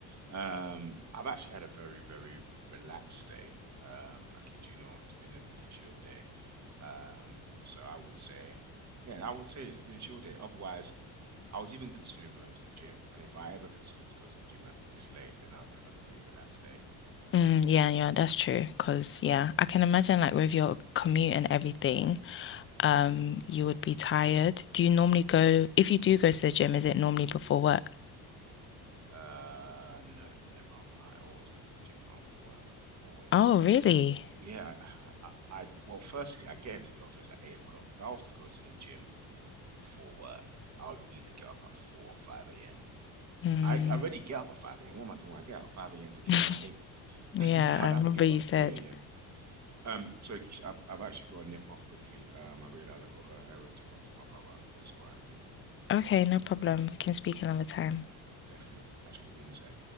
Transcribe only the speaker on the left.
Mm, yeah,
yeah,
that's true. Because, yeah, I can imagine like with your commute and everything, um, you would be tired. Do you normally go, if you do go to the gym, is it normally before work?
Oh, really?
Mm.
<laughs>
Yeah,
I remember
you
said.
Okay, no problem. We can speak
another time.